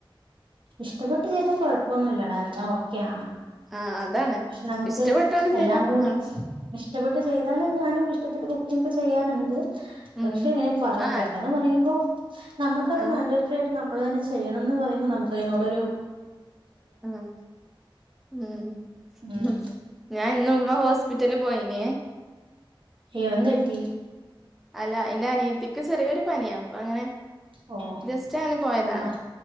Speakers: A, on the right (about 65°); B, in the centre.
A: ഇഷ്ടപ്പെട്ട് ചെയ്താ കൊഴ പ്പയൊന്നുമില്ലടാ എല്ലാം ഓക്കെയാണ്
B: ആ അതാണ്
A: പക്ഷെ നമുക്ക്
B: ഇഷ്ടപ്പെട്ടോണ്ട്
A: എല്ലാം
B: ചെയ്താ
A: കൂടി
B: ആ
A: ചെ ഇഷ്ടപ്പെട്ട് ചെയ്താലു ഞാനും ഇഷ്ടപ്പെട്ട് കുക്കിങ് ചെയ്യാറുണ്ട്
B: ഉം
A: പക്ഷെ ഞ പ
B: ആ
A: പെട്ടെന്ന് പറയുമ്പോ നമുക്കത്
B: ആ ആ
A: മൻട്രി ഫയോട് നാം നമ്മള് തന്നെ ചെയ്യണം എന്ന് പറയുമ്പോ നമുക്ക്തിനോടൊരു
B: ഉം ഉം
A: ഉം
B: ഹ് ഞാൻ ഇന്ന് ഉമ്മ ഹോസ്പിറ്റല് പോയിന്
A: യോ എന്ത് പറ്റി
B: അല്ല എന്റെ അനിയത്തിക്ക് ചെറിയൊരു പനി അപ്പൊ അങ്ങനെ
A: ഓ
B: ജസ്റ്റ് ന പോയതാണ്
A: ആ ആ